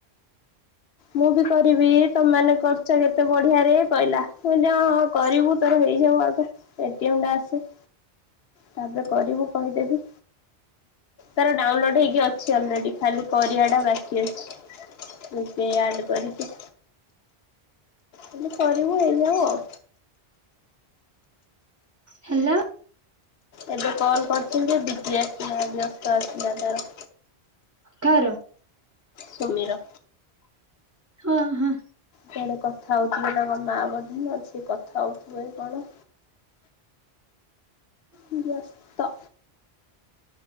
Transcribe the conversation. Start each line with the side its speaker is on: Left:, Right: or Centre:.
Left: ମୁଁ ବି କରିବି, ତମେମାନେ କରୁଛ, କେତେ ବଢିଆରେ କହିଲା। ମୁଁ <unintelligible> ହଁ, କରିବୁ, ତୋର ହେଇଯାଉ ଆଗ। ଏଟିଏମ୍ ଟା ଆସୁ। ତା'ପରେ କରିବୁ କହିଦେବି। ତାର ଡାଉନଲୋଡ୍ ହେଇକି ଅଛି ଅଲରେଡି। ଖାଲି କରିବା ଟା ବାକି ଅଛି। ପ୍ରିପେୟାଡ୍ କରିକି। ହେଲେ କରିବୁ, ହେଇଯାଉ ଆଉ।
Right: ହେଲୋ!
Left: ଏବେ କଲ୍ କରିଥିଲି ଯେ, ବିଜି ଆସିଲା ବ୍ୟସ୍ତ ଆସିଲା ତାର।
Right: କାର?
Left: ସୁମିର।
Right: ହଁ, ହଁ,
Left: କୁଆଡେ କଥା ହଉଥିବେ, ତାଙ୍କ ମା ବୋଧେ ଅଛି। କଥା ହଉଥିବେ କି କଣ? ବ୍ୟସ୍ତ।